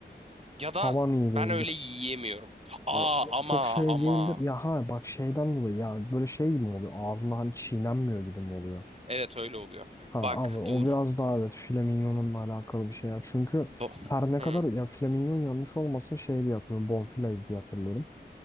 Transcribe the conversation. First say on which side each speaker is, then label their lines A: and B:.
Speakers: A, on the right (about 35°); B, on the left (about 15°).
A: ya da
B: Havan iyi
A: ben
B: değildir.
A: öyle yiyemiyorum. Aa
B: E, e,
A: ama
B: çok şey
A: ama.
B: değildir. Ya ha bak şeyden dolayı ya böyle şey gibi mi oluyor? Ağzında hani çiğnenmiyor gibi mi oluyor?
A: Evet öyle oluyor.
B: Ha
A: Bak
B: abi o
A: dur.
B: biraz daha evet filaminyonunla alakalı bir şey ya. Çünkü
A: Bu.
B: her ne kadar
A: Hı,
B: ya flaminyon yanlış olmasın şey diye hatırlıyorum. Bonfile diye hatırlıyorum.